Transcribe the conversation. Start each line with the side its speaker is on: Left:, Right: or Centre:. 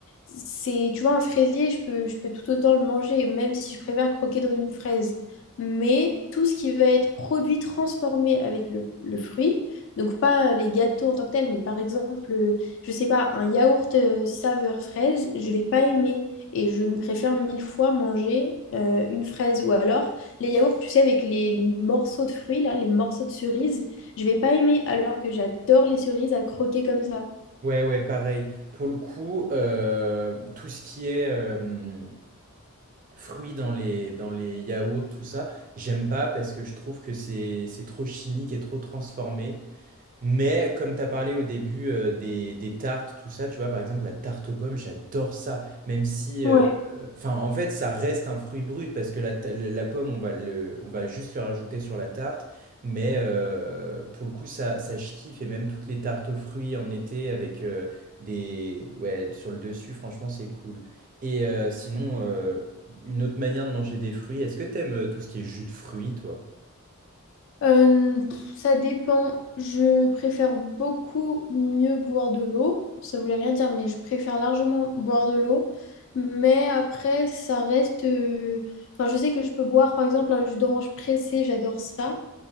Left: c'est, tu vois, un fraisier, je peux, je peux tout autant le manger, même si je préfère croquer dans une fraise. Mais tout ce qui va être produit transformé avec le le fruit, donc pas euh, les gâteaux en tant que tels, mais par exemple, euh, je sais pas, un yaourt euh, saveur fraise, je vais pas aimer. Et je me préfère mille fois manger euh, une fraise. Ou alors, les yaourts, tu sais, avec les, les morceaux de fruits, là, les morceaux de cerises, je vais pas aimer, alors que j'adore les cerises à croquer comme ça.
Right: Ouais, ouais, pareil. Pour le coup, euh, tout ce qui est euh, fruits dans les, dans les yaourts, tout ça, j'aime pas parce que je trouve que c'est c'est trop chimique et trop transformé. Mais comme tu as parlé au début euh, des, des tartes, tout ça, tu vois, par exemple, la tarte aux pommes, j'adore ça. Même si,
Left: Ouais.
Right: euh, euh, enfin, en fait, ça reste un fruit brut parce que la, ta- la pomme, on va le, on va juste le rajouter sur la tarte. Mais euh, pour le coup, ça, ça, je kiffe. Et même toutes les tartes aux fruits en été avec euh, des, ouais, sur le dessus, franchement, c'est cool. Et euh, sinon, euh, une autre manière de manger des fruits, est-ce que t'aimes euh, tout ce qui est jus de fruits, toi?
Left: Euh, pff, ça dépend. Je préfère beaucoup mieux boire de l'eau. Ça voulait rien dire, mais je préfère largement boire de l'eau. Mais après, ça reste... euh, Enfin, je sais que je peux boire, par exemple, un jus d'orange pressé, j'adore ça.